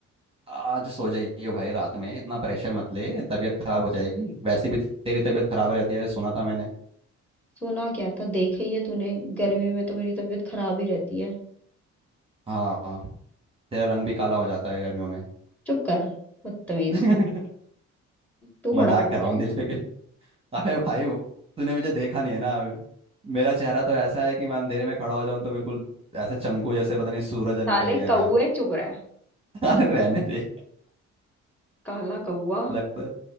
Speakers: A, on the right (about 20°); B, in the centre.
A: आज सो जाइयो भाई रात में इतना प्रेशर मत ले तबीयत खराब हो जाएगी वैसे भी तेरी तबीयत खराब रहती है सुना था मैंने
B: सोना क्या था देखा ही है तूने गर्मी में तो मेरी तबीयत खराब ही रहती है
A: हाँ हाँ तेरा रंग भी काला हो जाता है गर्मियों में
B: चुप कर बदतमीज
A: <laughs>
B: तू बड़ा
A: मजाक
B: गंदा
A: कर रहा
B: है
A: हूँ दिल पे के <laughs> अरे भाई वो- तूने मुझे देखा नहीं है ना अभी मेरा चेहरा तो ऐसा है कि मैं अंधेरे में खड़ा हो जाऊं तो बिल्कुल ऐसे चमकू जैसे पता नहीं सूरज निकल
B: साले
A: गया
B: कौए
A: क्या
B: चुप रहे
A: <laughs> अरे रहने दे
B: काला कौआ
A: लगता